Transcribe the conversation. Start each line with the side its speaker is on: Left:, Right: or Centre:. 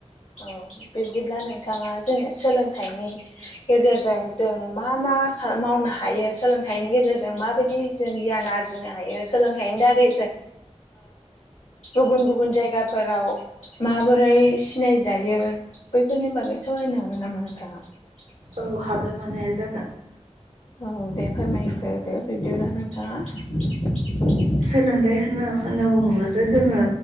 Left: औ बिब्दिब्ला नोंथाङा जोंङो सोलोंथाइनि गेजेरजों जों मा मा मा मावनो हायो सोलोंथाइनि गेजेरजों माबायदि जों गियान आरजिनो हायो सोलोंथाइनि दारै गुबुन गुबुन जायगाफोराव माबोरै सिनाय जायो बैफोरनि बागै सावरायनो हागोन नामा नोंथाङा
Right: औ हागोन मानो हाया जानो
Left: औ दे फोरमायग्रोखो दे बिब्दिब्ला नोंथाङा
Right: सोलोंथाइ होनना होनना बुङोब्लाथ जोङो